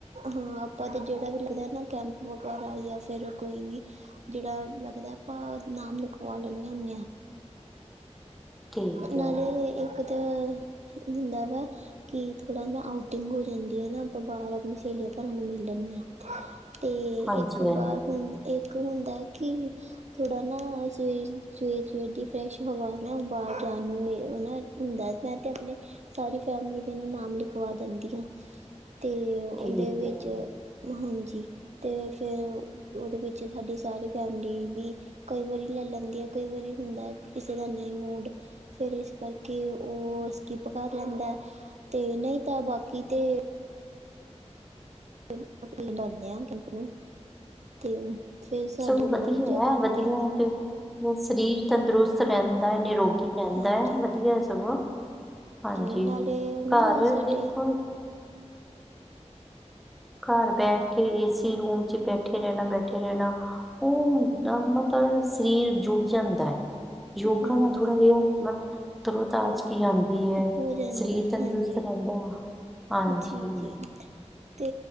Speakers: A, on the right; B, in the centre.
A: ਹਾਂ ਆਪਾਂ ਤੇ ਜਿਹੜਾ ਵੀ ਲੱਗਦਾ ਨਾ ਕੈਂਪ ਵਗੈਰਾ ਜਾਂ ਫਿਰ ਕੋਈ ਵੀ ਜਿਹੜਾ ਲੱਗਦਾ ਆਪਾਂ ਨਾਮ ਲਿਖਵਾ ਲੈਂਣੇ ਹੁੰਦੇ ਆ।
B: ਠੀਕ
A: ਨਾਲੇ
B: ਹੈ
A: ਇੱਕ ਤਾਂ ਹੁੰਦਾ ਵਾ। ਕਿ ਥੋੜ੍ਹਾ ਨਾ ਆਊਟਿੰਗ ਹੋ ਜਾਂਦੀ ਹੈ ਨਾ, ਆਪਾਂ ਬਾਹਰ ਆਪਣੀ ਸਹੇਲੀਆਂ ਭਰਾਂ ਨੂੰ ਮਿਲ ਲੈਂਣੇ ਹਾਂ। ਤੇ
B: ਹਾਂਜੀ
A: ਇੱਕ
B: ਹਾਂਜੀ
A: ਬਾਰ ਹੁਣ ਇੱਕ ਹੁੰਦਾ ਕਿ ਥੋੜ੍ਹਾ ਨਾ ਸਵੇਰ, ਸਵੇਰ ਸਵੇਰ ਦੀ ਫਰੈਸ਼ ਹਵਾ ਨਾ ਬਾਰ ਜਾਣ ਨੂੰ ਹਨਾ ਹੁੰਦਾ ਮੈਂ ਤੇ ਆਪਣੇ ਸਾਰੀ ਫੈਮਿਲੀ ਦੇ ਨਾਲ ਨਾਮ ਲਿਖਵਾ ਦਿੰਦੀ ਆ, ਤੇ ਉਹਦੇ
B: ਠੀਕ
A: ਵਿੱਚ
B: ਹੈ
A: ਹਾਂਜੀ, ਤੇ ਫਿਰ ਉਹਦੇ ਵਿੱਚ ਸਾਡੀ ਸਾਰੀ ਫੈਮਿਲੀ ਵੀ ਕਈ ਵਾਰੀ ਲੈ ਲੈਂਦੀ ਹੈ ਕਈ ਵਾਰੀ ਹੁੰਦਾ ਕਿਸੇ ਦਾ ਨਹੀਂ ਮੂਡ ਫਿਰ ਇਸ ਕਰਕੇ ਉਹ ਸਕਿਪ ਕਰ ਲੈਂਦਾ। ਤੇ ਨਹੀਂ ਤਾਂ ਬਾਕੀ ਤੇ <unintelligible> ਕਰਦੇ ਆ ਕੈੰਪ ਨੂੰ ਤੇ ਫਿਰ ਸਾਡੇ
B: ਸਗੋ
A: ਵੱਲੋਂ
B: ਵਧੀਆ
A: ਜੇ ਅਗਰ
B: ਹੈ ਵਧੀਆ
A: ਕੋਈ ਵੀ
B: ਫੇਰ ਸਰੀਰ ਤੰਦਰੁਸਤ ਰਹਿੰਦਾ ਹੈ। ਨਿਰੋਗ ਕੀ ਰਹਿੰਦਾ
A: ਹਾਂਜੀ
B: ਹੈ, ਵਧੀਆ ਸਗੋਂ ਹਾਂਜੀ
A: ਨਾਲੇ ਨਾ
B: ਘਰ
A: ਸਾਡੇ
B: ਤੇ ਦੇਖੋ ਘਰ ਬੈਠ ਕੇ ਏਸੀ ਰੂਮ ਚ ਬੈਠੇ ਰਹਿਣਾ, ਬੈਠੇ ਰਹਿਣਾ। ਔਹ ਹੁੰਦਾ ਮਤਲਬ ਸਰੀਰ ਜੁੜ ਜਾਂਦਾ ਹੈ। ਯੋਗਾ
A: ਹਾਂਜੀ
B: ਦਾ ਥੋੜਾ ਇਹ ਮਤ ਤਰੋਤਾਜ ਗੀ ਆੰਦੀ ਹੈ,
A: ਹੋ ਜਾਂਦਾ
B: ਸਰੀਰ ਤੰਦਰੁਸਤ
A: ਹਾਂਜੀ
B: ਰਹਿੰਦਾ। ਹਾਂਜੀ
A: ਜੀ, ਜੀ। ਤੇ